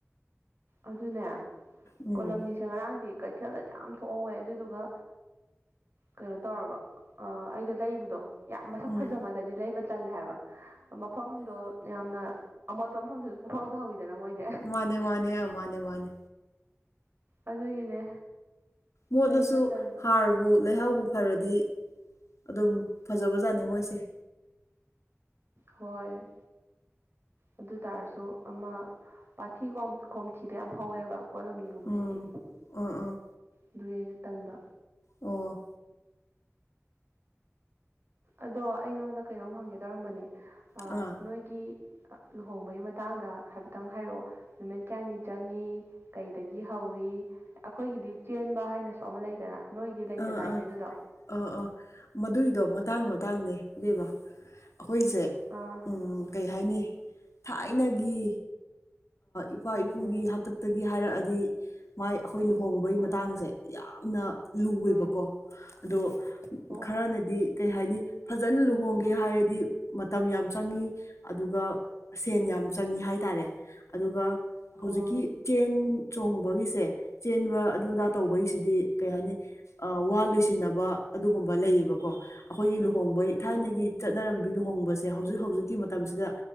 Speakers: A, on the right; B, on the left.
A: ꯑꯗꯨꯅꯦ
B: ꯎꯝ
A: ꯀꯣꯂꯝꯅꯤꯁꯦ ꯉꯔꯥꯡꯗꯤ ꯀꯩꯊꯦꯜꯗ ꯌꯥꯝ ꯊꯣꯛꯍꯧꯋꯦ ꯑꯗꯨꯗꯨꯒ ꯀꯩꯅꯣ ꯇꯧꯔꯕ ꯑꯩꯗꯣ ꯂꯩꯕꯗꯣ ꯌꯥꯝ ꯃꯁꯛ
B: ꯎꯝ
A: ꯐꯖꯃꯜꯂꯗꯤ ꯂꯩꯕ ꯇꯜꯂꯦ ꯍꯥꯏꯕ ꯃꯐꯝꯗꯣ ꯌꯥꯝꯅ ꯑꯃꯣꯠꯄ ꯃꯐꯝꯗꯗꯨꯁꯨ ꯄꯨꯛꯥꯎꯗꯍꯧꯤꯗꯅ ꯃꯣꯏꯗꯤ
B: ꯃꯥꯅꯦ ꯃꯥꯅꯦ ꯑ ꯃꯥꯅꯦ ꯃꯥꯅꯦ
A: ꯑꯗꯨꯒꯤꯅꯦ
B: ꯃꯣꯠꯂꯁꯨ
A: ꯂꯩꯕ ꯇꯟꯕ
B: ꯍꯥꯔꯕꯨ ꯂꯩꯍꯥꯎꯕꯨ ꯐꯔꯗꯤ ꯑꯗꯨꯝ
A: ꯎꯝ
B: ꯐꯖꯕꯖꯥꯠꯅꯤ ꯃꯣꯏꯁꯦ
A: ꯍꯣꯏ ꯑꯗꯨ ꯇꯔꯁꯨ ꯑꯃ ꯄꯥꯊꯤ ꯀꯣꯝꯊꯤꯗ ꯌꯥꯝ ꯍꯧꯋꯦꯕ ꯀꯣꯠꯂꯝꯅꯤꯒꯨꯝꯕꯁꯤꯗꯤ
B: ꯎꯝ ꯑꯥ ꯑꯥ
A: ꯑꯗꯨꯏ ꯑꯩꯅ ꯇꯟꯕ
B: ꯑꯣ
A: ꯑꯗꯣ ꯑꯩ ꯅꯉꯣꯟꯗ ꯀꯩꯅꯣꯝ ꯍꯪꯒꯦ ꯇꯧꯔꯝꯕꯅꯦ
B: ꯑꯥ
A: ꯅꯣꯏ ꯒꯤ ꯂꯨꯍꯣꯡꯕꯒꯤ ꯃꯇꯥꯡꯗ ꯍꯥꯏꯐꯦꯠꯇꯪ ꯍꯥꯏꯔꯛꯑꯣ ꯅꯨꯃꯤꯠ ꯀꯌꯥꯅꯤ ꯆꯪꯉꯤ ꯀꯩꯗꯒꯤ ꯍꯧꯏꯤ ꯑꯩꯈꯣꯏꯒꯤꯗꯤ ꯆꯦꯟꯕ ꯍꯥꯏꯅꯁꯨ ꯑꯃ ꯂꯩꯗꯅ ꯅꯣꯏꯗꯤ ꯂꯩꯇꯗꯥꯏꯅꯦ
B: ꯑꯥ ꯑꯥ
A: ꯑꯗꯨꯗꯣ
B: ꯑꯥ ꯑꯥ ꯃꯗꯨꯏꯗꯣ ꯃꯇꯥꯡ ꯃꯇꯥꯡꯅꯦ ꯗꯕ ꯑꯩꯈꯣꯏꯁꯦ
A: ꯑꯥ
B: ꯎꯝ ꯀꯩ ꯍꯥꯏꯅꯤ ꯊꯥꯏꯅꯒꯤ ꯏꯄꯥ ꯏꯄꯨꯒꯤ
A: ꯎꯝ
B: ꯍꯥꯛꯇꯛꯇꯒꯤ ꯍꯥꯏꯔꯛꯑꯗꯤ ꯃꯥꯏ ꯑꯩꯈꯣꯏ ꯂꯨꯍꯣꯡꯕ
A: ꯎꯝ
B: ꯇꯥꯡꯁꯦ ꯌꯥꯝꯅ ꯂꯨꯋꯦꯕꯀꯣ
A: ꯎꯝ
B: ꯑꯗꯣ
A: ꯑꯣ
B: ꯈꯔꯅꯗꯤ ꯀꯩ ꯍꯥꯏꯅꯤ ꯐꯖꯅ ꯂꯨꯍꯣꯡꯒꯦ ꯍꯥꯏꯔꯗꯤ ꯃꯇꯝ ꯌꯥꯝ ꯆꯪꯉꯤ ꯑꯗꯨꯒ ꯁꯦꯟ
A: ꯑꯣ ꯎꯝ
B: ꯌꯥꯝ ꯆꯪꯉꯤ ꯍꯥꯏꯇꯥꯔꯦ ꯑꯗꯨꯒ ꯍꯧꯖꯤꯛꯀꯤ
A: ꯑꯣ
B: ꯆꯦꯟ ꯆꯣꯡꯕꯒꯤꯁꯦ ꯆꯦꯟꯕ ꯑꯗꯨꯗꯥ ꯇꯧꯕꯒꯤꯁꯤꯗꯤ ꯀꯩ ꯍꯥꯏꯅꯤ ꯋꯥ ꯂꯣꯏꯁꯤꯟꯅꯕ ꯑꯗꯨꯒꯨꯝꯕ ꯂꯩꯌꯦꯕꯀꯣ ꯑꯩꯈꯣꯏꯒꯤ ꯂꯨꯍꯣꯡꯕꯩ ꯊꯥꯏꯅꯒꯤ
A: ꯎꯝ
B: ꯆꯠꯅꯔꯝꯕꯤ ꯂꯨꯍꯣꯡꯕꯁꯦ ꯍꯧꯖꯤꯛ ꯍꯧꯖꯤꯛꯀꯤ ꯃꯇꯝꯁꯤꯗ